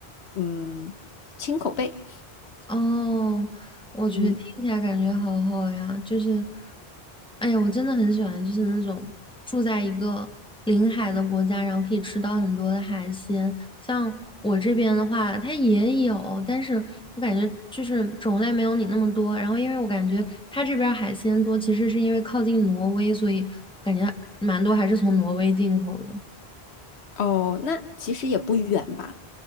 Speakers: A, on the left; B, in the centre.
A: 嗯青口贝，
B: 哦，我去，
A: 嗯，
B: 听起来感觉好好呀，就是，哎呀，我真的很喜欢，就是那种住在一个临海的国家，然后可以吃到很多的海鲜。像我这边的话，它也有，但是我感觉就是种类没有你那么多。然后，因为我感觉它这边儿海鲜多，其实是因为靠近挪威，所以感觉蛮多还是从挪威进口的。
A: 哦，那其实也不远吧？